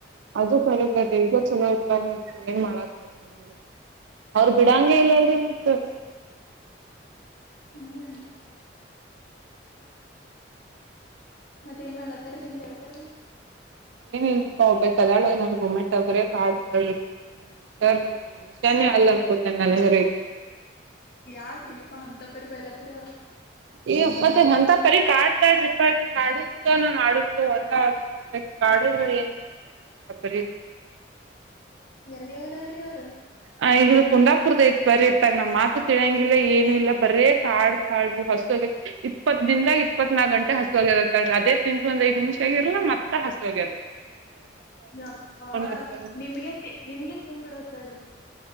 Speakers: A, on the right (about 80°); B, on the left (about 55°).
A: ಅದು ಬರಿ ಬರಿ ಈಗ ಚಲೋ ಏನ್ ಮಾಡಕ್ ಆಂಗ ಅವ್ರು ಬಿಡಂಗ ಇಲ್ಲ ಅಲ್ರರಿ ಮತ್ತ.
B: ಹ್ಮ್ ಮತ್ತೆ ಏನ್ ಮಾಡ್ಲತಾರ ನಿಮ್ದ ಹೇಳ್ತಾರ
A: ಏನಲ್ರಿಪಾ ಒಬ್ಬಬೇಕಕ್ ಕದಾಳು ನನ್ ಗೊಮ್ಮೆಟ್ಟ ಒಬ್ರೇ ಕಾಳ್ ಕಾಳಿಪ ಮನುಷ್ಯರ್ ಜೀವ ಮನ್ಷ್ಯಾನೇ ಅಲ್ಲ ಅನ್ಕೋತನ್ ನನಗ್ರ
B: ಯಾಕ್ರೀ ಪ ಅಂತ ಪರಿ ಬಯಲತ್ತರ
A: ಏ ಮತ್ತೆ ಅಂತ ಪರಿ ಕಾಡ್ತಾಡ್ರಿಪ್ಪಾ ಕಾಡುದಕ್ಕ ನ ಆಡುತ್ತು ಒಂದ ಆಗ್ ಇಕ ಕಾಡುದ್ರ ಏನು ಅಂತ ಹೇಳ ಅಂತ ಪರ
B: ಎಲ್ಲಿ ಅವರರೀ ಅವರು.
A: ಆ ಇದು ಕುಂದಾಪುರ್ದ ಐತ್ ಬರಿ ಇಐತ್ತಾಗ ನಮ್ ಮಾತು ತಿಳಿಯಂಗಿಲ್ಲ ಏನು ಇಲ್ಲ ಬರೇ ಕಾಡ್ ಕಾಳವು ಹಸ್ ಇಪ್ಪತ್ತ್ ದಿನದಾಗ್ ಇಪ್ಪತ್ನಾಕ್ ಗಂಟೆ ಹಸ ಹೋಗಿತ್ತರಿ ಅದೇ ತಿಂದ್ ಒಂದ ಐದು ನಿಮಿಷ ಆಗಿರಲ್ಲ ಮತ್ತ ಹಸ್ವಾಗತ್
B: ಯಪ್ಪಾ
A: ಆತು
B: ನಿಮಗೆ ನಿಮ್ಗೆ ತಿನ್ ಬಿಡೋಕ್ ಹೇಳ್ರಿ.